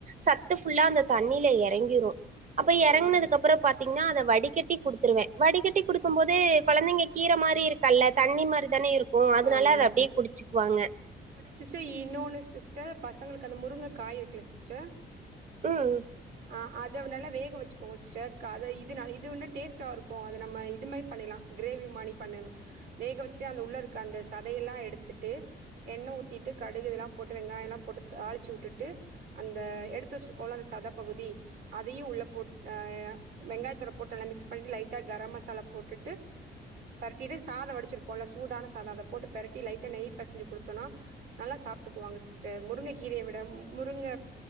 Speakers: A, on the right; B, on the right.
A: சத்து ஃபுல்லா அந்த தண்ணியில எறங்கிரும் அப்ப எறங்கினதுக்கு
B: ஆ
A: அப்புறம் பாத்தீங்கனா அத வடிகட்டி குடுத்துருவேன் வடிகட்டி குடுக்கும் போது கொழந்தைங்க கீரை மாரி இருக்கல்ல தண்ணி மாரி தானே இருக்கும் அதனால
B: ஆமாங்
A: அத அப்டியே குடிச் ச்சுக்குவாங்க
B: சிஸ்டர் இன்னொன்னு சிஸ்டர் பசங்களுக்கு அந்த முருங்க காய் இருக்குல சிஸ்டர்
A: ம்
B: ஆ அத நல்லா வேக வச்சுக்கோங்க சிஸ்டர் அத இது இது இன்னும் டேஸ்ட்டா இருக்கும் அத நம்ம இது மாரி பண்ணிர்லாம் கிரேவி மாணி பண்ணுங்க வேக வச்சுட்டு அந்த உள்ள இருக்க அந்த சதையெல்லாம் எடுத்துட்டு எண்ணெ ஊத்திட்டு கடுகு இதல்லாம் போட்டு வெங்காயல்லாம் போட்டு தாளிச்சு விட்டுட்டு அந்த எடுத்து வச்சிருக்கோல்ல அந்த சதப்பகுதி அதையும் உள்ள போட் அ வெங்காயத்தோட போட்டு நல்லா மிக்ஸ் பண்ணிட்டு லைட்டா கரம் மசாலா போட்டுட்டு பெரட்டிட்டு சாதம் வடிச்சிருப்போம்ல சூதான சாதம் அத போட்டு பெரட்டி லைட்டா நெய் பெசஞ்சு குடுத் தோன்னா நல்லா சாப்பிட்டுக்குவாங்க சிஸ்டர் முருங்க கீரைய விட முருங்க